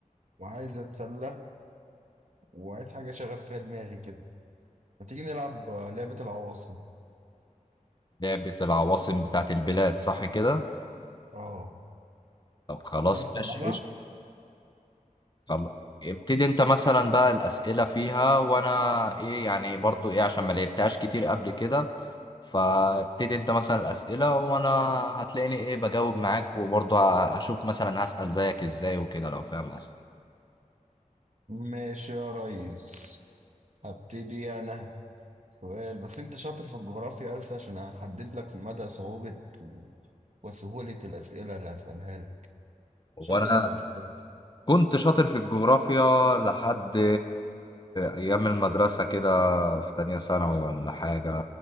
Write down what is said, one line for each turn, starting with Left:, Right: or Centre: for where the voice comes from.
Right: وعايز اتسلى وعايز حاجه اشغل فيها دماغي كده ما تيجي نلعب آه، لعبه العواصم
Left: لعبه العواصم بتاعت البلاد صح كده
Right: اه
Left: طب خلاص
Right: تعرف تلعبها
Left: ماشي قشطة خل- ابتدي انت مثلا بقى الاسئله فيها وانا ايه يعني برضو ايه عشان ما لعبتهاش كتير قبل كده فابتدي انت مثلا الاسئله وانا هتلاقيني ايه بجاوب معاك وبرضو هشوف مثلا هسال زيك ازاي وكده لو فاهم قصدي
Right: ماشي يا ريس هبتدي انا سؤال بس انت شاطر في الجغرافيا بس عشان احدد لك مدى صعوبه و- وسهوله الاسئله اللي هسالها لك
Left: وانا
Right: شاطر ولا مش شاطر
Left: كنت شاطر في الجغرافيا لحد ايام المدرسه كده في تانية ثانوي ولا حاجه